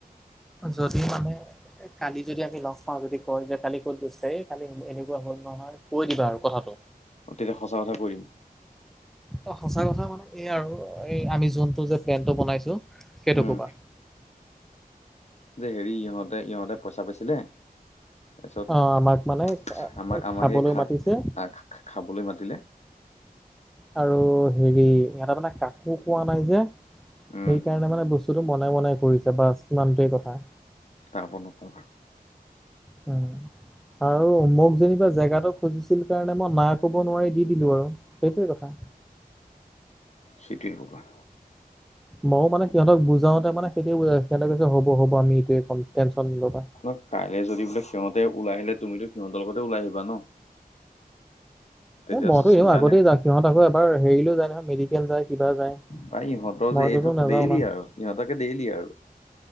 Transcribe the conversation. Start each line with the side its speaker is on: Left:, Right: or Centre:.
Centre: যদি মানে, কালি যদি আমি লগ পাওঁ যদি কয় যে কালি ক'ত গৈছিলা, এই কালি এনেকুৱা হল নহয় কৈ দিবা আৰু কথাটো।
Left: তেতিয়া সঁচা কথা কৈ দিম।
Centre: অ সঁচা কথা মানে এই আৰু এই আমি যোনটো যে প্লেনটো বনাইছো, সেইটো
Left: উম
Centre: কবা।
Left: যে হেৰি ইহঁতে ইহঁতে পইচা পাইছিলে, তাৰপিছত,
Centre: অ আমাক মানে
Left: আমাক আমাক
Centre: খাবলৈ
Left: এই খা
Centre: মাতিছে
Left: খা খাবলৈ মাতিলে।
Centre: আৰু হেৰি ইহঁতে মানে কাকো কোৱা নাই যে,
Left: উম
Centre: সেইকাৰণে মানে বেছি, টো বনাই বনাই ফুৰিছে বাচ সিমানটোৱেই কথা।
Left: তাৰ ওপৰত নক‌ওঁ আৰু।
Centre: উম। আৰু মোক যেনিবা জেগাটো খুজিছিল কাৰণে মই না ক'ব নোৱাৰি দি দিলো আৰু। সেইটোৱ কথা।
Left: চিটিৰ কবা।
Centre: ময়ো মানে সিহঁতক বুজাওঁতে মানে সেইয়ে সিহঁতেক যে হ'ব হ'ব আমি এইটোৱেই কম টেনচন নলবা।
Left: ন কাইলে যদি বোলে সিহঁতে ওলাই আহিলে তুমিতো সিহঁতৰ লগতে ওলাই আহিবা ন। তেতিয়া
Centre: এ মইতো
Left: চিন্তা
Centre: এনেও আগতেই
Left: নাই
Centre: যাওঁ। সিহঁত আকৌ এবাৰ হেৰিলেও যায় নহয় মেডিকেল যায় কিবা যায়।
Left: পাই ইহঁতৰ
Centre: মইতোতো
Left: যে এইটো
Centre: নাযাওঁ
Left: ডেইলি
Centre: না
Left: আৰু ইহঁতকে দেইলি আৰু।